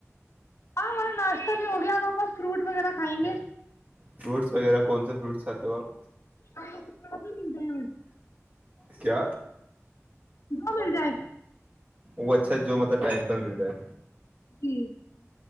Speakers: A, on the left (about 60°); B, on the right (about 30°).
A: ہاں ہما ناشتہ بھی ہو گیا آپ ہم فرو وغیرہ کھائیں گے
B: فروٹس وغیرہ کون سے فروٹس کاتے ہوپ
A: آ کو پڑا بھی مل
B: کیا
A: جو
B: دو
A: مل
B: دن
A: جائے
B: وہ اچھا جو مطلب ٹائم پر مل جائے
A: جی